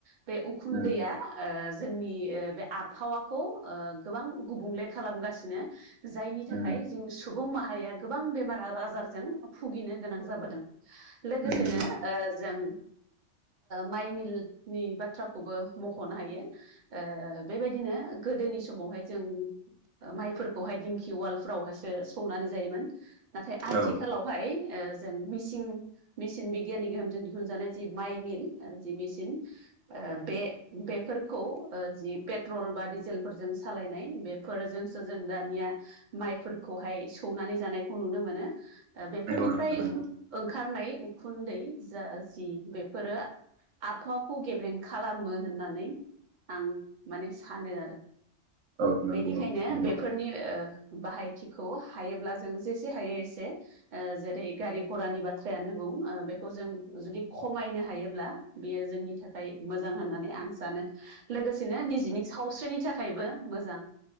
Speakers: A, on the right; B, on the right.
A: बे उखुनदैआ
B: उम
A: ओ जोंनि बे आबहावाखौ गोबां गुबुंले खालामगासिनो जायनि थाखाय
B: उम
A: जों सुबुं माहारिया गोबां बेमार आजारजों भुगिनो गोनां जाबोदों। लोगोसेनो
B: उम
A: जों
B: <inaudible>
A: माइ मिलनि बाथ्राखौबो मख'नो हायो ओ बेबायदिनो गोदोनि। समावहाय जों माइफोरखौहाय दिंखि उवालाव हा सौनानै जायोमोन नाथाय आथिखालावहाय
B: औ
A: जों मे सिन मेसिन बिगियाननि गोहोमजों दिहुनजानाय जि माइ मिल बे मिसिन बे बेफोरखौ पेट्रल डीजे लफोरजों सालायनाय बेफोरजोंसो जों दानिया माइफोरखौहाय सौनानै जानायखौ नुनो मोनो बेफोरनिफ्राय
B: नंगौ नोंथां नंगौ
A: ओंखारनाय उखुन्दै जा जि बेफोरो आबहावाखौ गेब्रें खालामो होननानै आं माने सानो आरो।
B: औ नंगौ
A: बेनिखायनो
B: नंगौ
A: बेफोरनि बाहायथिखौ हायोब्ला जों जेसे हायो एसे जेरै गारि घरानि बाथ्रायानो बुं बेखौ जों जुदि खमायनो हायोब्ला बेयो जोंनि थाखाय मोजां होननानै आं सानो। लोगोसेनो निजिनि सावस्रिनि थाखायबो मोजां